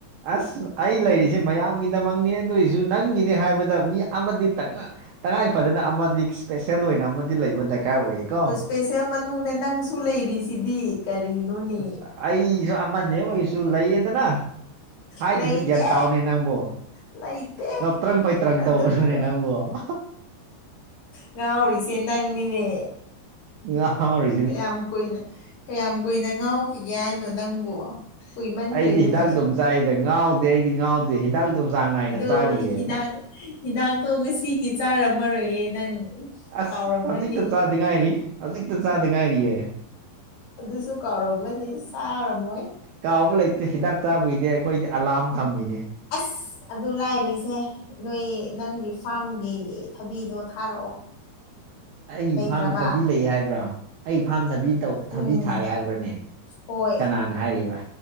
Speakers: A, on the right; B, on the left.
A: ꯑ꯭ꯁ ꯑꯩ ꯂꯩꯔꯤꯁꯦ ꯃꯌꯥꯝꯒꯤꯗꯃꯛꯅꯤ ꯑꯗꯨꯏꯁꯨ ꯅꯪꯒꯤꯅꯦ ꯍꯥꯏꯕ ꯍꯥꯏ <unintelligible> ꯃꯤ ꯑꯃꯗꯤ ꯇꯉꯥꯏ ꯇꯉꯥꯏ ꯐꯗꯅ ꯑꯃꯗꯤ ꯏ꯭ꯁꯄꯦꯁꯦꯜ ꯑꯣꯏꯅ ꯑꯃꯗꯤ ꯂꯩꯕ ꯗꯔꯀꯥꯔ ꯑꯣꯏꯌꯦꯀꯣ
B: ꯏ꯭ꯁꯄꯦꯁꯦꯜ ꯃꯅꯨꯡꯗ ꯅꯪꯁꯨ ꯂꯩꯔꯤꯁꯤꯗꯤ ꯀꯔꯤꯅꯣꯅꯦ
A: ꯑꯁ ꯑꯩꯁꯨ ꯑꯃꯅꯤ ꯑꯣꯏꯁꯨ ꯂꯩꯌꯦꯗꯅ ꯍꯥꯏꯗ꯭ꯔꯁꯨ
B: ꯂꯩꯇꯦ
A: ꯒ꯭ꯌꯥꯟ ꯇꯥꯎꯅꯦ ꯅꯪꯕꯣ
B: ꯂꯩꯇꯦ
A: ꯉꯥꯎꯇ꯭ꯔꯪ ꯐꯩꯇ꯭ꯔꯪ
B: ꯑꯗꯨꯕꯨ
A: ꯇꯧꯒꯅꯨꯅꯦ ꯅꯪꯕꯣ ꯑ <unintelligible>
B: ꯉꯥꯎꯔꯤꯁꯦ ꯅꯪꯅꯤꯅꯦ
A: ꯉꯥꯎꯔꯤ
B: ꯀꯌꯥꯝ ꯀꯨꯏꯅ ꯀꯌꯥꯝ ꯀꯨꯏꯅ ꯉꯥꯎ ꯌꯥꯏꯅꯣ ꯅꯪꯕꯨ ꯀꯨꯏꯃꯟꯈ꯭ꯔꯦꯅꯦ
A: ꯑꯩꯗꯤ ꯍꯤꯗꯥꯛꯇꯨꯝ ꯆꯥꯏꯗ ꯉꯥꯎꯗꯦ ꯑꯩꯗꯤ ꯉꯥꯎꯗꯦ ꯍꯤꯗꯥꯛꯗꯨꯝ ꯆꯥꯡ ꯅꯥꯏꯅ
B: ꯑꯗꯣ
A: ꯆꯥꯔꯤꯌꯦ
B: ꯍꯤꯗꯥꯛ ꯍꯤꯗꯥꯛꯇꯣ ꯉꯁꯤꯒꯤ ꯆꯥꯔꯝꯃꯔꯣꯏꯌꯦ ꯅꯪ
A: ꯑ꯭ꯁ
B: ꯀꯥꯎꯔꯝꯃꯅꯤ
A: ꯍꯧꯖꯤꯛꯇ ꯆꯥꯗ ꯉꯥꯏꯔꯤ ꯍꯧꯖꯤꯛꯇ ꯆꯥꯗ ꯉꯥꯏꯔꯤꯌꯦ
B: ꯑꯗꯨꯁꯨ ꯀꯥꯎꯔꯝꯃꯅꯤ ꯆꯥꯔꯝꯃꯣꯏ
A: ꯀꯥꯎꯕ ꯂꯩꯇꯦ ꯍꯤꯗꯥꯛ ꯆꯥꯕꯒꯤꯗꯤ ꯑꯩꯈꯣꯏꯗꯤ ꯑꯂꯥ꯭ꯔꯝ ꯊꯝꯃꯤꯅꯦ
B: ꯑ꯭ꯁ ꯑꯗꯨ ꯂꯥꯏꯔꯤꯁꯦ ꯅꯣꯏ ꯅꯪꯒꯤ ꯐꯥ꯭ꯔꯝꯒꯤ ꯊꯕꯤꯗꯣ ꯊꯥꯔꯛꯑꯣ
A: ꯑꯩ
B: ꯂꯩꯇ꯭ꯔꯕ
A: ꯐꯥꯝ ꯊꯕꯤ ꯂꯩ ꯍꯥꯏꯕ꯭ꯔꯣ ꯑꯩ ꯐꯥꯝ ꯊꯕꯤ ꯇꯧ
B: ꯎꯝ
A: ꯊꯕꯤ ꯊꯥꯏ ꯍꯥꯏꯕ꯭ꯔꯥꯅꯦ
B: ꯍꯣꯏ
A: ꯀꯅꯥꯅ ꯍꯥꯏꯔꯤꯕ